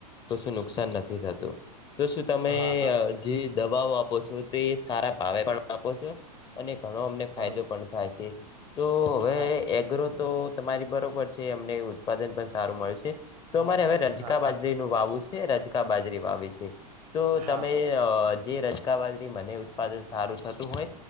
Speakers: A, on the left; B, on the right.
A: કશું નુકસાન નથી થતું, તો શું તમે
B: હા હા
A: અહ જે દવાઓ આપો છો, તે સારા ભાવે પણ આપો છો. અને ઘણો અમને ફાયદો
B: બરોબર
A: પણ થશે, તો હવે
B: હા
A: એગ્રો તો તમારી બરોબર છે અમને ઉત્પાદન પણ સારું મળે છે તો અમારે હવે
B: હા
A: રજકા
B: હા
A: બાજરીનુ વાવવું છે રજકા બાજરી વાવવી છે તો
B: હા હા
A: તમે અહ જે રજકા બાજરી મને ઉત્પાદન સારું થતું હોય